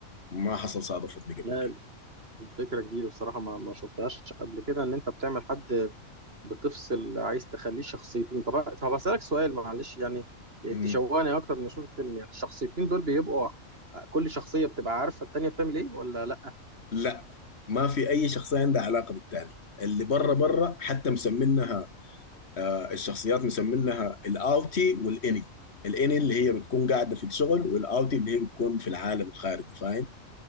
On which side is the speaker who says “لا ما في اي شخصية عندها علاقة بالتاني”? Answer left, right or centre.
Left